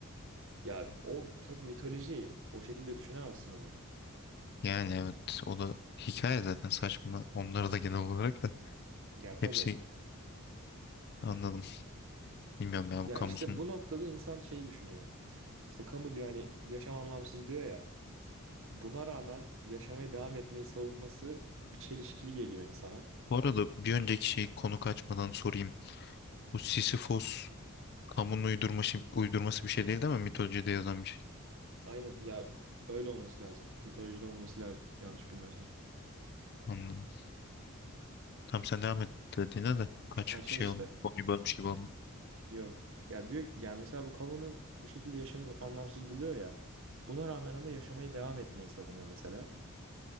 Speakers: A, on the right; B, on the left.
A: Ya o tabii mitoloji o şekilde düşünemezsin onu.
B: Yani evet o da hikaye zaten saçma onları da genel olarak da
A: Ya tabii.
B: hepsi anladım. Bilmiyorum ya
A: Ya
B: bu kamusun.
A: işte bu noktada insan şeyi düşünüyor. İşte kamu diyor hani yaşam anlamsız diyor ya. Buna rağmen yaşamaya devam etmeyi savunması bir çelişkili geliyor insana.
B: Bu arada bir önceki şey konu kaçmadan sorayım. Bu Sisyphos kamunun uydurması, uydurması bir şey değil değil mi? Mitolojide yazan bir şey.
A: Aynen ya öyle olması lazım. Mitolojide olması lazım yanlış bilmiyorsam.
B: Anladım. Tam sen devam et dediğine de kaç
A: Her şey
B: şey
A: işte.
B: olmuş konuyu bölmüş gibi olmuş.
A: Yok. Ya diyor yani mesela bu kamunun bu şekilde yaşam anlamsız buluyor ya. Buna rağmen ama yaşamaya devam etmeyi savunuyor mesela.